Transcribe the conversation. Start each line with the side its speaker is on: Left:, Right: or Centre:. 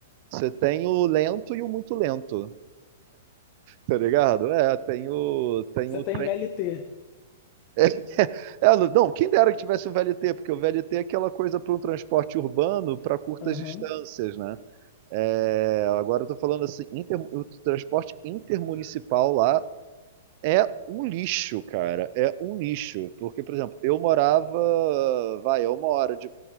Right: Você tem o lento e o muito lento, tá ligado? É, tem o, tem
Left: Você
Right: o
Left: tem
Right: trem
Left: VLT.
Right: <laughs> É, não, quem dera que tivesse o VLT, porque o VLT é aquela coisa para um transporte urbano para curtas
Left: Aham,
Right: distâncias, né? É, agora eu tô falando assim, inter- o transporte intermunicipal lá é um lixo, cara. É um lixo. Porque, por exemplo, eu morava, vai, é uma hora de,